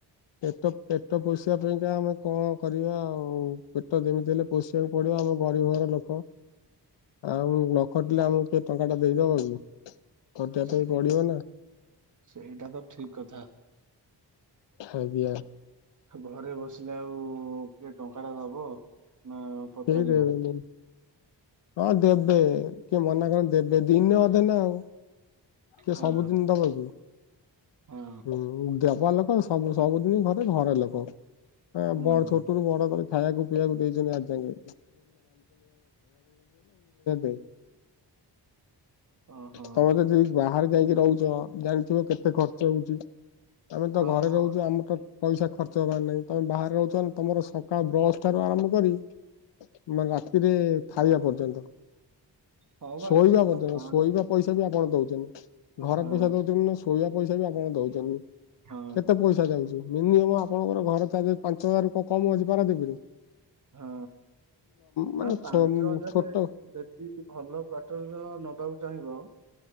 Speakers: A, on the left; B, on the right.
A: ପେଟ ପେଟ ପୋସିବା ପାଇଁକା ଆମେ କଣ କରିବା ଆଉ ପେଟ ଯେମିତି ହେଲେ ପୋଷିବାକୁ ପଡିବ ଆମ ଗରିବ ଘର ଲୋକ। ଆଉ ନ ଖଟିଲେ ଆମକୁ କିଏ ଟଙ୍କା ଟା ଦେଇଦବ କି? ଖଟିବା ପାଇଁ
B: ସେଇ
A: ପଡିବ ନା
B: ସେଇଟା ତ ଠିକ କଥା।
A: <unintelligible>
B: ଘରେ ବସିଲେ ଆଉ କିଏ ଟଙ୍କା ଟା ଦବ ନା ପଚାରିବ
A: କେଇ ଦେବେନେଇଁ? ହଁ ଦେବେ କିଏ ମନା କରନ୍ତି ଦେବେ ଦିନେ ଅଧେ ନା ଆଉ। କିଏ
B: ହଁ
A: ସବୁଦିନ ଦେବ କି?
B: ହଁ
A: ହୁଁ ଦେବ ଲୋକ ସବୁ ସବୁଦିନ ଘରେ ଘରେ ଲୋକ। ହ
B: ହୁଁ
A: ବଡ ଛୋଟ ରୁ ବଡ କରି ଖାଇବାକୁ ପିଇବାକୁ ଦେଇଛନ୍ତି ଆଜି ଯଙ୍ଗେ। <unintelligible>
B: ଓହୋ
A: ତମେ ଯଦି ବାହାରେ ଯାଇକି ରହୁଛ ଜାଣିଥିବ କେତେ ଖର୍ଚ୍ଚ ହଉଛି? ଆମେ ତ
B: ହଁ
A: ଘରେ
B: ହଁ
A: ରହୁଛୁ ଆମର ତ ପଇସା ଖର୍ଚ୍ଚ ହବାର ନାହିଁ ତମେ ବାହାରେ ରହୁଛ ତମର ସକାଳ ବ୍ରଶ ଟାରୁ ଆରମ୍ଭ କରି ମାନେ ରାତିରେ ଖାଇବା ପର୍ଯ୍ୟନ୍ତ।
B: ହଁ ବା
A: ଶୋଇବା
B: ଏଠିରେ
A: ପର୍ଯ୍ୟନ୍ତ
B: ତ ପାଣି
A: ଶୋଇବା ପଇସା ବି ଆପଣ ଦଉଛନ୍ତି ଘର
B: ହଁ
A: ପଇସା ଦଉଛନ୍ତି ନା ଶୋଇବା ପଇସା ବି ଆପଣ ଦଉଛନ୍ତି।
B: ହଁ
A: କେତେ ପଇସା ଯାଉଛି ମିନିମମ୍ ଆପଣଙ୍କର ଘର ତା ପାଞ୍ଚ ହଜାର ର କମ ଅଛି ପାରାଦିପିରୁ।
B: ହଁ
A: ମାନେ
B: ନା ପାଞ୍ଚ ହଜାରେ
A: ଛୋଟ
B: ଜୀମତି ଭଲ କ୍ଵଟର ନବାକୁ ଚାହିଁବ